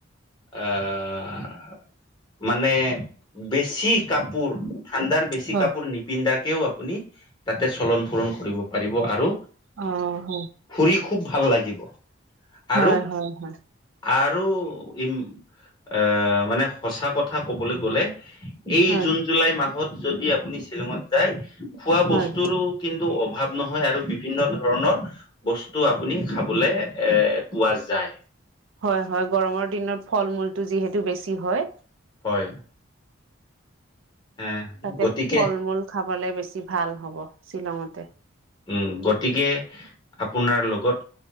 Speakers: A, on the left (about 20°); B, on the right (about 75°).
A: আহ মানে বেছি কাপোৰ ঠাণ্ডাৰ বেছি
B: হয়
A: কাপোৰ নিপিন্ধাকেও আপুনি তাতে চলন ফুৰন কৰিব পাৰিব আৰু।
B: আহ হ
A: ফুৰি খুব ভাল লাগিব আৰু
B: হয় হয় হয়।
A: আৰু ই এ মানে সঁচা কথা ক'বলৈ গলে এই
B: হয়
A: জুন জুলাই মাহত যদি আপুনি শ্বিলঙত যায় খোৱা
B: হয়
A: বস্তুৰো
B: হয়
A: কিন্তু অভাৱ নহয় আৰু বিভিন্ন ধৰণৰ বস্তু আপুনি খাবলে এ পোৱা যায়।
B: হয় হয় গৰমৰ দিনত ফল মূলটো যিহেতু বেছি হয়।
A: হয়। এ
B: তাতে
A: গতিকে
B: ফল মূল খাবলে বেছি ভাল হব শ্বিলঙতে
A: উম গতিকে আপোনাৰ লগত